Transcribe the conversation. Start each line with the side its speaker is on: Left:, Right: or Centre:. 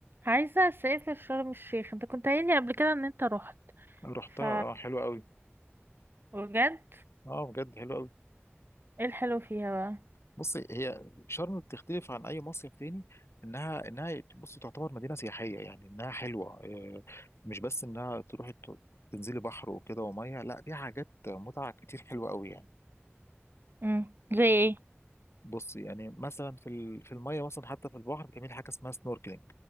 Right: عايزة اسافر شرم الشيخ انت كنت قايل لي قبل كده ان انت رحت
Left: رحتها
Right: ف
Left: اه حلوة قوي
Right: بجد
Left: اه بجد حلوة قوي
Right: ايه الحلو فيها بقى
Left: بصي هي شرم بتختلف عن اي مصيف تاني انها انها بصي تعتبر مدينة سياحية يعني انها حلوة آه، مش بس انها تروحي ت- تنزلي بحر وكده ومية لا فيها حاجات متعة كتير حلوة قوي يعني
Right: امم زي ايه
Left: بصي يعني مثلا في ال- في المية مثلا حتى في البحر بتعملي حاجة اسمها سنوركلينج